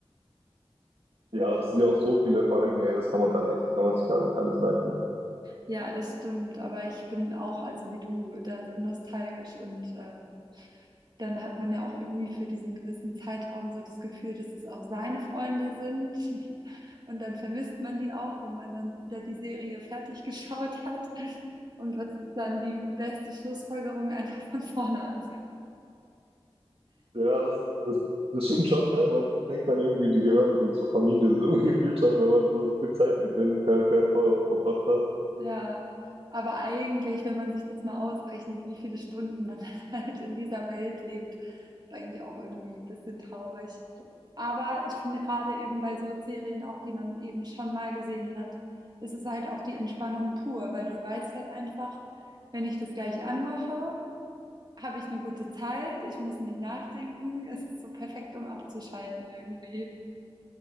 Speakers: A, on the right; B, on the right.
A: ja, das sind ja auch so viele Folgen, ey, das kann man gar nicht, das kann man sich gar nicht alles merken.
B: Ja, das stimmt. Aber ich bin auch, also wie du, da so nostalgisch und ähm, dann hat man ja auch irgendwie für diesen gewissen Zeitraum so das Gefühl, dass es auch seine Freunde sind. <laughs> Und dann vermisst man die auch, wenn man dann wieder die Serie fertig <laughs> geschaut hat. Und was ist dann die beste Schlussfolgerung? Einfach von vorne
A: Ja, das, das, das stimmt schon, ne? Man denkt dann irgendwie, die gehören so zur Familie, so <laughs> gefühlt schon, wenn man so, so viel Zeit mit den Charakteren ver verbracht hat.
B: Ja, aber eigentlich, wenn man sich das mal ausrechnet, wie viele Stunden man <laughs> dann halt in dieser Welt lebt, ist eigentlich auch irgendwie ein bisschen traurig. Aber ich finde gerade eben bei so Serien auch, die man eben schon mal gesehen hat, ist es halt auch die Entspannung pur, weil du weißt halt einfach, wenn ich das gleich anmache, habe ich eine gute Zeit, ich muss nicht nachdenken, es ist so perfekt, um abzuschalten irgendwie.